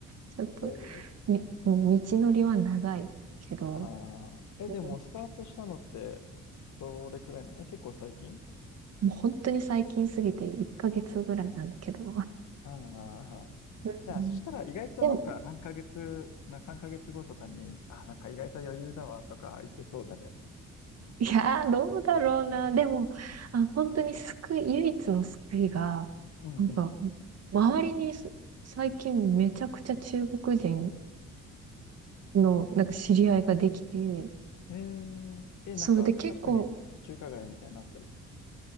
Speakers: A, on the right; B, on the left.
A: ちょっと、
B: えー、
A: ね、うん道のりは長いけど、
B: あー、え、
A: うん
B: でも、スタートしたのって、どれくらいなのえ、結構最近
A: もう本当に最近すぎて1ヶ月ぐらいなんだけど。
B: ああ
A: うん
B: じゃあ、そしたら意外となんか、
A: でも、
B: 何ヶ月、まあ、3ヶ月後とかに、あ、なんか意外と余裕だわ、とか言ってそうだね。
A: いやー、どうだろうな。でも、あ、本当に救い、唯一の救いが、
B: うんう
A: なんか、周りにす最近めちゃくちゃ中国人のなんか知り合いができて、
B: ん。えー、え、
A: そうで結構、
B: なんか、近くに中華街みたいなのあったりする